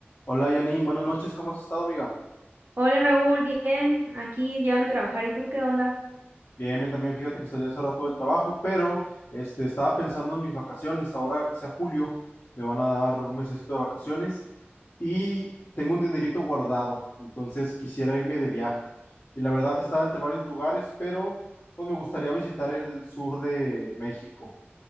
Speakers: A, on the left; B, on the right.
A: Hola Janine, buenas noches, ¿cómo has estado, amiga?
B: Hola Raúl, bien, aquí llegando a trabajar. ¿Y tú qué onda?
A: Bien, bien, también fíjate que salí hace rato del trabajo, pero este, estaba pensando en mis vacaciones. Ahora que sea julio, me van a dar un mesecito de vacaciones y tengo un dinerito guardado, entonces quisiera irme de viaje. Y la verdad estaba entre varios lugares, pero pues me gustaría visitar el sur de México.